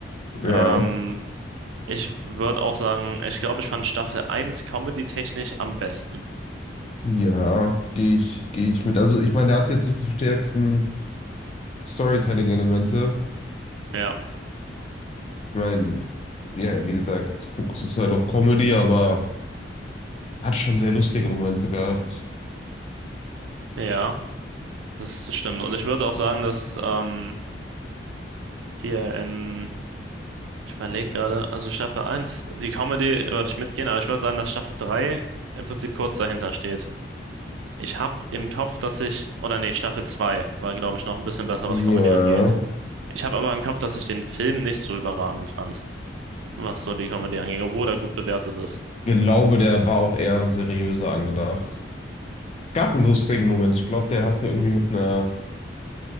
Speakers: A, on the left (about 35°); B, on the right (about 80°).
A: Ja,
B: Ähm, Ich würde auch sagen, ich glaube, ich fand Staffel eins comedy-technisch am besten.
A: ja, gehe ich, gehe ich mit. Also ich meine, der hat jetzt nicht die stärksten Storytelling-Elemente.
B: Ja,
A: Ich meine, ja, wie gesagt, Fokus ist halt auf Comedy, aber hat schon sehr lustige Momente gehabt.
B: ja, das stimmt. Und ich würde auch sagen, dass ähm, hier in, ich überlege gerade, also Staffel eins die Comedy würde ich mitgehen, aber ich würde sagen, dass Staffel 3 im Prinzip kurz dahinter steht. Ich habe im Kopf, dass ich, oder nee, Staffel 2 war, glaube ich, noch ein bisschen besser, was Comedy
A: Ja.
B: angeht. Ich habe aber im Kopf, dass ich den Film nicht so überragend fand, was so die Comedy angeht, obwohl er gut bewertet ist.
A: Ich glaube, der war auch eher seriöser angedacht. Gab einen lustigen Moment. Ich glaube, der hatte irgendwie mit einer